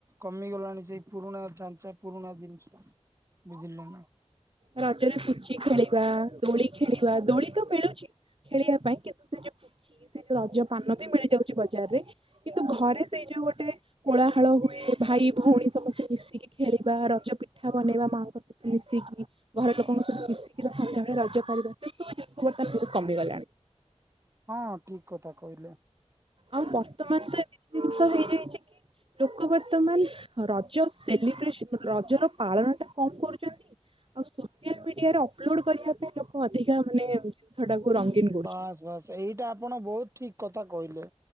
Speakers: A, on the right (about 25°); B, on the right (about 50°).
A: କମିଗଲାଣି, ସେଇ ପୁରୁଣା ଢାଞ୍ଚା ପୁରୁଣା <unintelligible> ବୁଝିଲେ ନା
B: ରାଜରେ ପୁଚି ଖେଳି ବା ଦୋଳି ଖେଳିବା ଦୋଳି ତ ମିଳୁଛି। ଖେଳିବା ପାଇଁ, କିନ୍ତୁ ସେ ଯୋଉ ପୂଚି ସେ ଯଉ ରଜ ପାନ ବି ମିଳି ଯାଉଛି ବଜାରରେ, କିନ୍ତୁ ଘରେ ସେଇ ଯୋଉ ଗୋଟେ କୋଳାହଳ ହୁଏ, ଭାଇ ଭଉଣୀ ସମସ୍ତେ ମିଶିକି ଖେଳିବା, ରଜ ପିଠା ବନେଇବା ମାଆଙ୍କ ସହିତ ମିଶିକି, ଘର ଲୋକଙ୍କ ସହିତ ମିଶିକି। ସନ୍ଧ୍ୟାବେଳେ ରଜ କରିବା, ସେଶବୁ ଜିନିଷ ବର୍ତ୍ତମାନ ବହୁତ କମିଗଲାଣି।
A: ହଁ ଠିକ କଥା କହିଲେ।
B: ଆଉ ବର୍ତ୍ତମାନ ତ ଏମିତି ଜିନିଷ ହେଇଯାଇଛି କି ଲୋକ ବର୍ତ୍ତମାନ ରଜ ସେଲିବ୍ରେସନ ରଜର ପାଳନ ଟା କମ କରୁଛନ୍ତି, ଆଉ ସୋସିଆଲ ମିଡିଆରେ ଅ ଅପଲୋଡ୍ କରିବା ପାଇଁ ଲୋକ ଅଧିକା ମାନେ ଜିନିଷଟାକୁ ରଙ୍ଗୀନ କରୁଛନ୍ତି।
A: ବାସ୍ ବାସ୍ ଏଇଟା ଆପଣ ବହୁତ ଠିକ କଥା କହିଲେ।